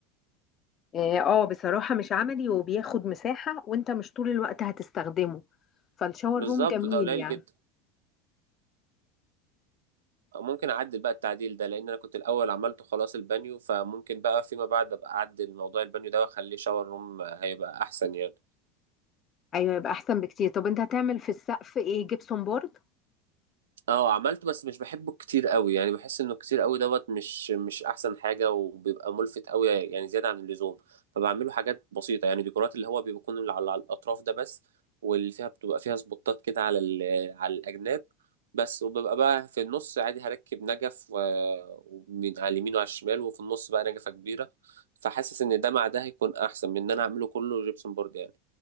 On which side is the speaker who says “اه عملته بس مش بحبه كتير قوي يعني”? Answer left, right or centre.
Right